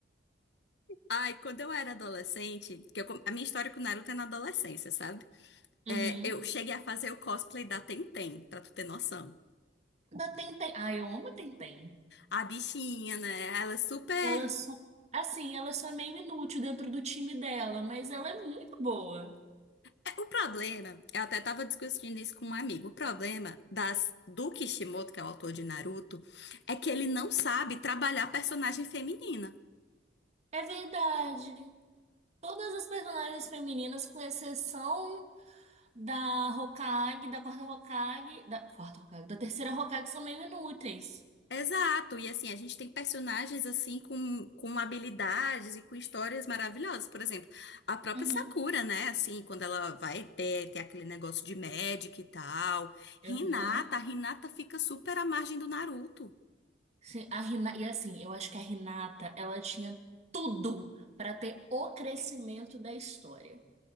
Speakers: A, on the left; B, on the right.
A: Ai, quando eu era adolescente, que eu com- a minha história com o Naruto é na adolescência, sabe?
B: Uhum.
A: É, eu cheguei a fazer o cosplay da Tenten, pra tu ter noção.
B: Da Tenten. Ah, eu amo a Tenten.
A: A bichinha, né? Ela é super.
B: Ela só, assim, ela só é meio inútil dentro do time dela, mas ela é muito boa.
A: é, o problema, eu até tava discutindo isso com um amigo. O problema das do Kishimoto, que é o autor de Naruto, é que ele não sabe trabalhar personagem feminina.
B: É verdade. Todas as personagens femininas, com exceção da Hokage, da quarta Hokage, da quarta Hokage, da terceira Hokage, são meio inúteis.
A: Exato, e assim, a gente tem personagens assim com, com habilidades e com histórias maravilhosas. Por exemplo, a própria
B: Uhum.
A: Sakura, né? Assim, quando ela vai ter, ter aquele negócio de médica e tal. Hinata,
B: Aham.
A: a Hinata fica super à margem do Naruto.
B: Sim, a Rina... E assim, eu acho que a Hinata, ela tinha tudo para ter o crescimento da história.